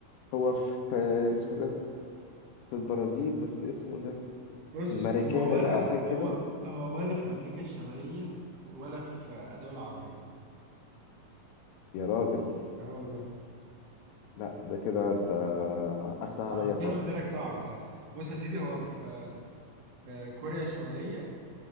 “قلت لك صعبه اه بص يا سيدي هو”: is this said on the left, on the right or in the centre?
Right